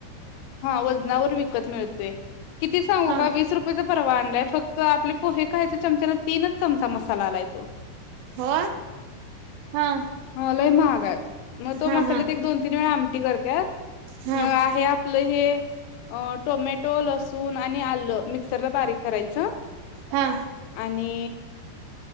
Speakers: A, on the left; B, on the right.
A: व व मितोय कि का
B: हा
A: रुप परवा आणलाय फक्त आपले पोहे कायच्या चमना तीनच चमचा मसाला लाय तो
B: हो हा
A: ह लय महाग मग तो
B: हा
A: मसालेत
B: हा
A: एक दोन तीन वेळा आमटी करतत
B: हा
A: मग आहे आपलं हे अ टोमॅटो लसूण आणि आलं मिक्सरला बारीक करायचं
B: हा
A: आणि